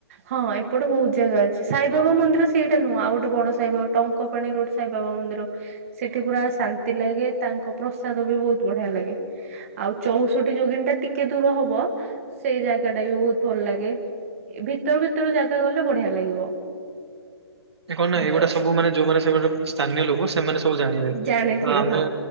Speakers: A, on the right; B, on the right.
A: ହଁ ଏପଟେ ବହୁତ ଜାଗା ଅଛି ସାଇବାବା ମନ୍ଦିର ସେଇଟା ନୁହଁ ଆଉ ଗୋଟେ ବଡ ସାଇବାବା ଟଙ୍କ ଙ୍କପାଣି ରୋଡ ସାଇବାବା ମନ୍ଦିର। ସେଠି ପୁରା ଶାନ୍ତି ଲାଗେ ତାଙ୍କ ପ୍ରସାଦ ବି ବହୁତ ବଢିଆ ଲାଗେ। ଆଉ ଚଉଷଠି ଯୋଗିନି ଟା ଟିକେ ଦୂର ହବ। ସେଇ ଜାଗା ଟା ବି ବହୁତ ଭଲ ଲାଗେ ଭିତରୁ ଭିତରୁ ଜାଗା ଗଲେ ବଢିଆ ଲାଗିବ।
B: ଏ କଣ ନା ଏଇଗୁଡା
A: ଯ
B: ସବୁ ମାନ ଯୋଉମାନେ ସେ <unintelligible> ସ୍ଥାନୀୟ ଲୋକ ସେମାନେ ସବୁ ଜାଣିବେ
A: ଜାଣିଥିବେ
B: ତ ଆମେ
A: ହଁ।